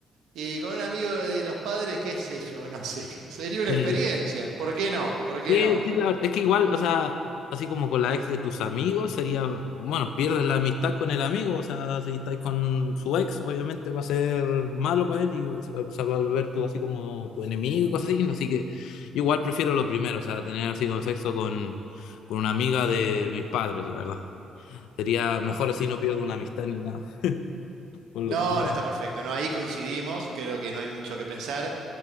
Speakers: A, on the right (about 80°); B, on the left (about 80°).
A: Y con un amigo de los padres, qué sé yo, no sé. <laughs> Sería una
B: sí.
A: experiencia. ¿Por qué no? ¿Por qué
B: Sí,
A: no?
B: sí, claro. Es que igual, o sea, así como con la ex de tus amigos, sería, bueno, pierdes la amistad con el amigo, o sea, si estáis con su ex, obviamente va a ser malo para él y o sea, o sea, va a volver tú así como tu enemigo y cosas así, ¿no? así que yo igual prefiero lo primero, o sea, tener así con sexo con, con una amiga de mis padres, la verdad. Sería mejor así, no pierdo una amistad ni nada. Con
A: No,
B: lo- con lo-
A: no está perfecto. No, ahí coincidimos. Creo que no hay mucho que pensar.